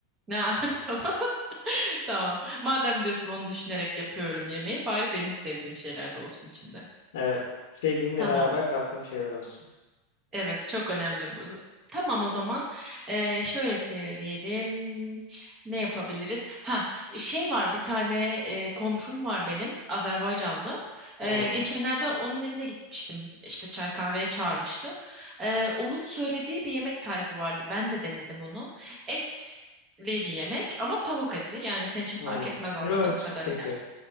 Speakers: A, on the right; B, on the left.
A: Ne? <laughs> Tamam. <laughs> Tamam. Madem diyorsun onu düşünerek yapıyorum yemeği bari benim sevdiğim şeyler de olsun içinde.
B: Evet. Sevgimle
A: Tamam
B: beraber kattığım şeyler olsun.
A: Evet, çok önemli bu. Tamam o zaman eee, şöyle söyleyelim. Ne yapabiliriz? Ha, şey var bir tane eee, komşum var benim Azerbaycanlı. Eee,
B: Hı,
A: geçenlerde onun evine gitmiştim. İşte çay kahveye çağırmıştı. Eee, onun söylediği bir yemek tarifi vardı. Ben de denedim onu. Etli bir yemek ama tavuk eti. Yani senin için fark
B: hı.
A: etmez anladığım
B: Yok
A: kadarıyla.
B: hiç sıkıntı yok.